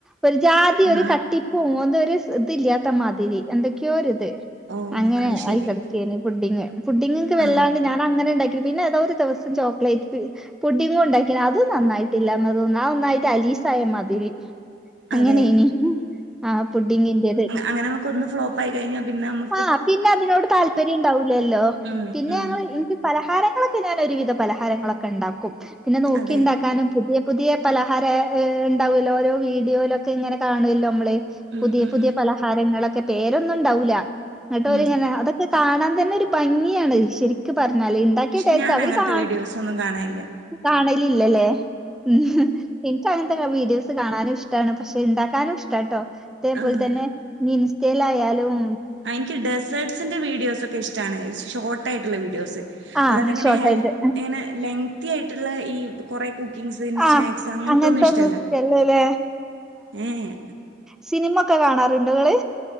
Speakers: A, in the centre; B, on the right.
A: ഒരു ജാതി
B: ആ
A: ഒരു കട്ടി ഓ അതൊരു ഇസ് ഇതില്ല്യാത്തമാതിരി എന്തൊക്കെയോ ഒരിത്
B: ഓ
A: അങ്ങനെ
B: അത് ശരി
A: ആയി കിടക്കേണി ഫുഡിങ് ഫുഡിങ്ങക്ക വല്ലാണ്ട്
B: ആ
A: ഞ അങ്ങനെ ഇണ്ടാക്കി പിന്നെ ഏതോരു ദിവസം ചോക്ലേറ്റ് പുഡിങ്ങൊണ്ടാക്കി അതും നന്നായിട്ടില്ലന്ന് തോന്നു ആ ഒന്നായിട്ട് അലീസായ മാതിരി അങ്ങനെനി
B: അതെ
A: ആ പുഡിങ്ങിന്റെത്
B: അങ്ങന നമുക്കൊന്നു ഫ്ലോപ്പായി കയിഞ്ഞാ പിന്നെ ഒ
A: ആഹ് പിന്നതിനോട് താല്പര്യണ്ടാവൂലല്ലോ
B: ഉം
A: പിന്നെ
B: ഉം
A: ഞങ്ങൾ ഇൻക്ക് പലഹാരങ്ങളൊക്കെ ഞാനൊരുവിധ പലഹാരങ്ങളൊക്കെണ്ടാക്കും പിന്നെ നോക്കിണ്ടാക്കാനും
B: അതെ
A: പുതിയ പുതിയ പലഹാരണ്ടാവല്ലോ ഓരോ വീഡിയോലൊക്കെങ്ങനെ കാണുല്ലോമ്മള്
B: ഉം
A: പുതിയ
B: ഉം
A: പുതിയ
B: ഉം
A: പലഹാരങ്ങളൊക്കെ പേരൊന്നുണ്ടാവുല്ലാ ന്നട്ടോലിങ്ങനെ
B: ഉം
A: അതൊക്കെ കാണാൻ തന്നൊരു ഭംഗിയാണ് ശെരിക്കു പറഞ്ഞാല് ഇണ്ടാക്ക്യ
B: പക്ഷെ
A: ടേസ്റ്റ്
B: ഞാൻ
A: അവര്
B: അങ്ങനത്തെ
A: കാണ
B: വീഡിയോസൊന്നും കാണാനില്ല
A: കാണലില്ലല്ലേ ഉം ഇൻക്കങ്ങൻത്ത വീഡിയോസ് കാണാനുഷ്ടാണ് പക്ഷെ ണ്ടാക്കാനുഷ്ടാട്ടോ അതേപോൽതന്നെ
B: ആ
A: ഇൻസ്റ്റേലായാലും
B: ആ ഇന്ക്ക് ഡെസേർട്ട്സിന്റെ വീഡിയോസൊക്കെഷ്ടാണ് ഷോർട്ടായിട്ട്ള്ള വീഡിയോസ്
A: ആഹ്
B: അല്ലാതിങ്ങനെ
A: ഷോർട്ടായിട്ട്
B: ഹെൽ ഇങ്ങനെ ലെങ്തിയായിട്ടുള്ള ഈ കുറെ കുക്കിങ്സ്
A: ആഹ്
B: സ്നാക്സ് അങ്ങനത്തൊന്നും
A: അങ്ങനത്തെ
B: ഇഷ്ടല്ല
A: ഒന്ന് ചെല്ലല്ലേ
B: ഏഹ്
A: സിനിമയൊക്കെ കാണാറുണ്ടൊ നിങ്ങള്